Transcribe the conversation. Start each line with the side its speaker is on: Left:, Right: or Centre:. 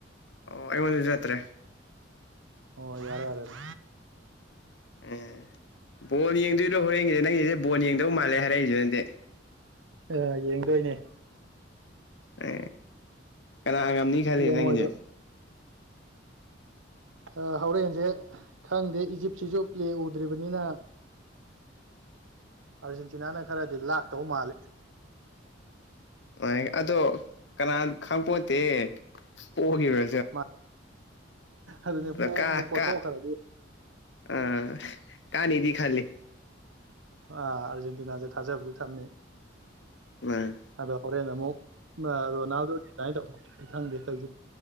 Left: ꯑꯣ ꯑꯩꯉꯣꯟꯗꯗꯤ ꯆꯠꯇ꯭ꯔꯦ
Right: ꯑꯣ ꯌꯥꯔꯦ ꯌꯥꯔꯦ ꯑꯗꯨ
Left: ꯑ ꯕꯣꯜ ꯌꯦꯡꯗ꯭ꯔꯤꯗ ꯍꯣꯔꯦꯟꯒꯤꯅꯦ ꯅꯪꯒꯤꯖꯦ ꯕꯣꯜ ꯌꯦꯡꯗꯕ ꯃꯥꯜꯂꯦ ꯍꯥꯏꯔꯛꯏꯖꯤꯅꯗꯤ
Right: ꯑꯥ ꯌꯦꯡꯗꯣꯏꯅꯦ
Left: ꯑ ꯀꯅꯥ ꯉꯝꯅꯤ ꯈꯜꯂꯤ
Right: ꯌꯦꯡꯉꯣꯏꯗ꯭ꯔꯣ
Left: ꯅꯪꯒꯤꯗꯤ
Right: ꯑ ꯍꯧꯔꯦꯟꯖꯦ ꯈꯪꯗꯦ ꯏꯖꯤꯞꯁꯤꯖꯨ ꯄ꯭ꯂꯦ ꯎꯗ꯭ꯔꯤꯕꯅꯤꯅ ꯑꯥꯔꯖꯦꯟꯇꯤꯅꯥꯅ ꯈꯔꯗꯤ ꯂꯥꯛꯇꯧ ꯃꯥꯜꯂꯤ
Left: ꯑꯣꯏ ꯑꯗꯣ ꯀꯅꯥꯟ ꯈꯪꯄꯣꯟꯇꯦ ꯄꯣꯒꯤꯕ
Right: ꯃꯥ ꯑꯗꯨꯅꯦ
Left: ꯑꯗꯣ
Right: ꯄꯣ
Left: ꯀꯥ
Right: ꯑꯃꯨꯛ ꯄꯣꯊꯣꯛꯈ꯭ꯔꯗꯤ
Left: ꯀꯥ ꯑꯥ ꯀꯥꯅꯦꯗꯤ ꯈꯜꯂꯤ
Right: ꯑꯥ ꯑꯥꯔꯖꯦꯟꯇꯤꯅꯥꯖꯦ ꯊꯥꯖꯕꯗꯤ ꯊꯝꯃꯦ
Left: ꯎꯝ
Right: ꯑꯗꯣ ꯍꯣꯔꯦꯟ ꯑꯃꯨꯛ ꯏꯃꯥ ꯔꯣꯅꯥꯜꯗꯣ ꯑꯗꯥꯏ ꯇꯧ <unintelligible> ꯈꯪꯗꯦ ꯇꯧꯏꯖꯦ